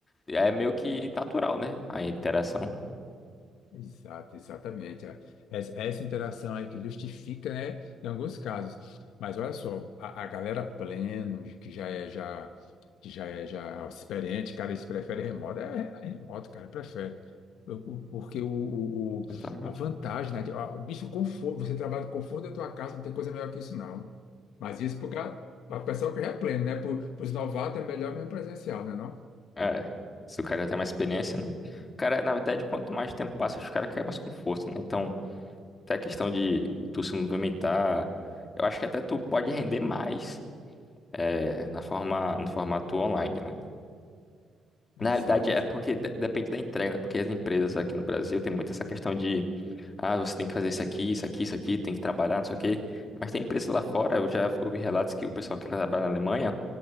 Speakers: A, on the left; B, on the left.
A: é meio que natural, né? A interação.
B: Exato, exatamente. é. Essa essa interação aí que justifica, né, em alguns casos. Mas olha só, a, a galera pleno, que já é já que já é já experiente, cara, eles preferem remoto, é, é remoto, cara, prefere. O- o- Porque o, o- o-
A: Exatamente.
B: a vantagem, né, de- ó, o bicho, o conforto, você trabalha no conforto da tua casa, não tem coisa melhor que isso, não. Mas isso para o pessoal que já é pleno, né? Para os novatos é melhor mesmo presencial, né, não?
A: É, se o cara já tem mais experiência, né? Cara, na verdade, quanto mais tempo passa, os caras querem mais com força, né? Então, até a questão de, de tu se movimentar, eu acho que até tu pode render mais é, na forma, no formato online, né? Na
B: Exato,
A: realidade, é
B: exato.
A: porque de- depende da entrega, né? Porque as empresas aqui no Brasil tem muito essa questão de, ah, você tem que fazer isso aqui, isso aqui, isso aqui, tem que trabalhar, não sei o quê. Mas tem empresas lá fora, eu já ouvi relatos que o pessoal que trabalha na Alemanha,